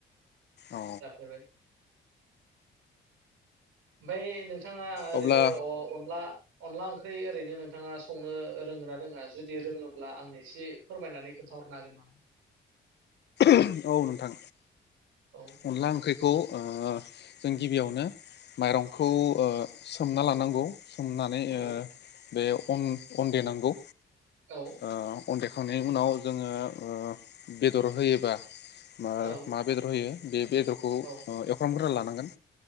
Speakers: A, on the left (about 60°); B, on the right (about 85°).
A: औ
B: जाफेरबाय। ओमफाय नों थाङा ओरैनो
A: अब्ला
B: ओ अनला अनला ओं ख्रै ओरैनो नोंथाङा संनो रोंगोन ना रोङा जुदि रोङोब्ला आंनो एसे फोरमायनानै खोन्थाहरनो हागोन नामा?
A: औ नोंथां।
B: औ
A: अनला ओंख्रि खौ ओ जों गिबियावनो माइरंखौ
B: उम
A: ओ सोमना लानांगौ। सोमनानै
B: औ
A: ओ बे अन अन देनांगौ।
B: औ
A: ओ अन देखांनायनि उनाव जोङो ओ बेदर होयोबा मा
B: औ
A: मा बेदर होयो बे बेदरखौ ओ
B: औ
A: एवफ्रामग्रोना ला नांगोन।